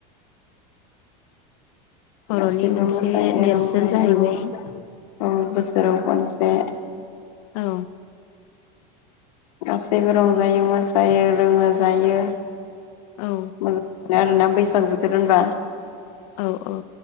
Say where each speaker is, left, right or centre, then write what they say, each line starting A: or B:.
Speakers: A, on the left; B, on the left.
A: बर'नि
B: गासैबो
A: मोनसे
B: मोसायो
A: नेरसोन
B: रंजायो
A: जाहैबाय
B: उम औ बोसोराव खनसे
A: औ
B: गासैबो रंजायो मोसायो लोङो जायो।
A: औ
B: मोजां आरोना बैसागु बोथोर होनबा
A: औ औ